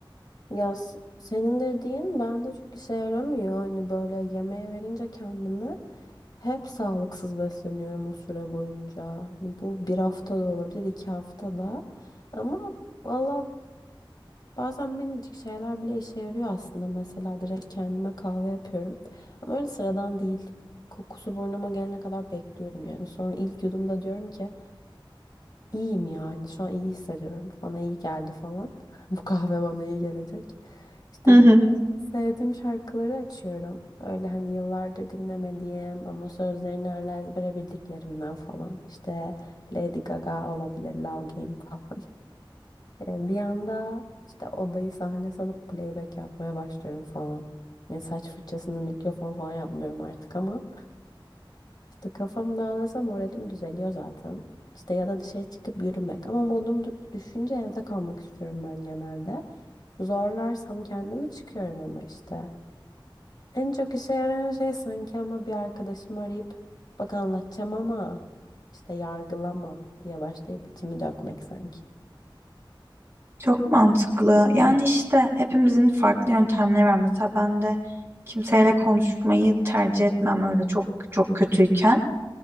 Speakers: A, on the left; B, on the right.
A: Ya s- senin dediğin bende çok işe yaramıyor. Hani böyle yemeğe verince kendimi Hep sağlıksız besleniyorum o süre boyunca. Hani bu bir hafta da olabilir, iki hafta da. Ama valla bazen minicik şeyler bile işe yarıyor aslında. Mesela direkt kendime kahve yapıyorum. Ama öyle sıradan değil. Kokusu burnuma gelene kadar bekliyorum yani. Sonra ilk yudumda diyorum ki iyiyim yani şu an iyi hissediyorum. Bana iyi geldi falan. <laughs> Bu kahve bana iyi gelecek. İşte
B: <laughs>
A: sevdiğim şarkıları açıyorum. Öyle hani yıllardır dinlemediğim ama sözlerini hala ezbere bildiklerimden falan. İşte Lady Gaga olabilir, Love Game falan. E, Bir anda işte odayı sahne sanıp playback yapmaya başlıyorum falan. Yani saç fırçasını mikrofon falan yapmıyorum artık ama işte kafam dağılırsa moralim düzeliyor zaten. İşte ya da dışarı çıkıp yürümek ama modum dü- düşünce evde kalmak istiyorum ben genelde. Zorlarsam kendimi çıkıyorum ama işte. En çok işe yarayan şey sanki ama bir arkadaşımı arayıp bak anlatacağım ama işte yargılama diye başlayıp içimi dökmek sanki.
B: Çok mantıklı. Yani işte hepimizin farklı yöntemleri var. Mesela ben de kimseyle konuşmayı tercih etmem öyle çok çok kötüyken.